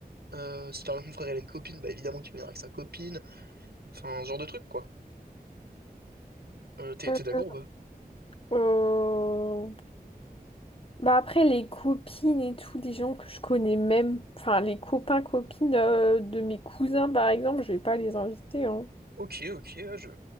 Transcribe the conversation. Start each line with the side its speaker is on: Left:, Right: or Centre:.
Right: Euh, si par exemple mon frère, il a une copine, bah, évidemment qu'il peut venir avec sa copine. Enfin, ce genre de truc, quoi. Euh, t'es,
Left: Mm.
Right: t'es d'accord ou pas?
Left: Euh, Bah après, les copines et tout, des gens que je connais même, enfin les copains-copines euh, de mes cousins, par exemple, je vais pas les inviter, hein.
Right: Ok, ok, ouais, je...